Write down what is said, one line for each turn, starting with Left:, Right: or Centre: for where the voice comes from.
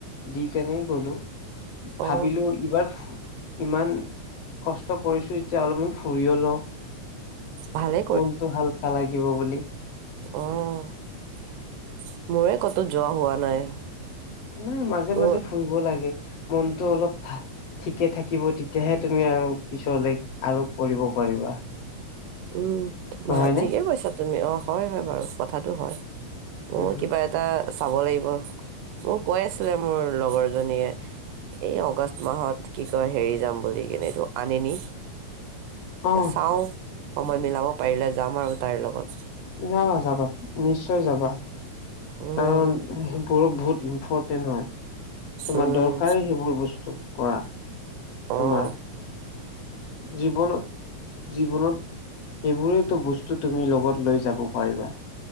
Left: দি কেনে গ'লো। ভাবিলো
Right: অ
Left: এইবাৰ ইমান কষ্ট কৰিছো- যে অলপমান ফুৰিয়ে লওঁ
Right: ভালে
Left: মনটো ভাল লাগিব বুলি।
Right: অঁহ', মোৰে ক'তো যোৱা হোৱা নাই।
Left: উমঁ, মাজে-মাজে
Right: মোৰ
Left: ফুৰিব লাগে, মনটো অলপ- ঠিকে থাকিব তেতিয়াহে তুমি আৰু পিছলৈ আৰু কৰিব পাৰিবা।
Right: উমঁ,
Left: নহয়
Right: বাৰু
Left: নে?
Right: ঠিকে কৈছা তুমি, অঁ', -হয়-হয় বাৰু কথাটো হয়।
Left: উম
Right: অঁ', -কিবা এ- এটা চাব লাগিব, মোক কৈ আছিলে মোৰ লগৰজনীয়ে। এই অগষ্ট মাহত কি কয় হেৰি যাম বুলি কিনে এইটো আনিনি।
Left: অ
Right: এ, চাওঁ সময় মিলাব পাৰিলে যাম আৰু তাইৰ লগত।
Left: যাবা যাবা, নিশ্চয় যাবা
Right: উম
Left: কাৰণ <unintelligible> বহুত ইম্পৰ্টেণ্ট হয়। তোমাৰ
Right: উম
Left: দৰকাৰী সেইবোৰ বস্তু কৰা
Right: অ
Left: তোমাৰ। জীৱনত জীৱনত এইবোৰেতো বস্তু তুমি লগত লৈ যাব পাৰিবা।